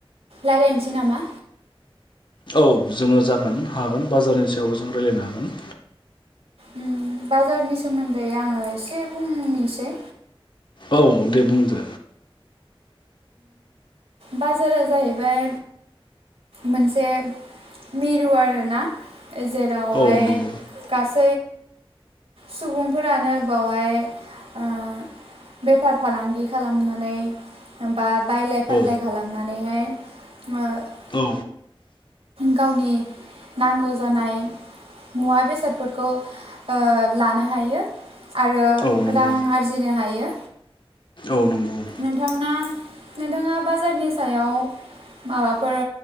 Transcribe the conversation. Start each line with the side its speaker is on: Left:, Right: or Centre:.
Right: रायलायनोसै नामा?
Left: औ। जोङो जागोन हागोन बाजारनि सायाव जों रायलायनो हागोन।
Right: ओम बाजारनि सा सोमोन्दै आङो एसे बुंनोसै
Left: औ दे बुंदो।
Right: बाजारा जाहैबाय मोनसे मिरु आरोना। जेरावहाय
Left: औ नंगौ
Right: गासै सुबुंफोरानो बावहाय ओ बेफार फालांगि खालामनानै बा बायलाय फानलाय
Left: औ
Right: खालामनान <unintelligible>
Left: औ
Right: गावनि नांगौ जानाय मुवा बेसादफोरखौ ओ लानो हायो। आरो
Left: औ नंगौ
Right: रां आर जिनो हायो।
Left: औ नंगौ
Right: नोंथांना नोंथाङा बाजारनि सायाव माबाफोर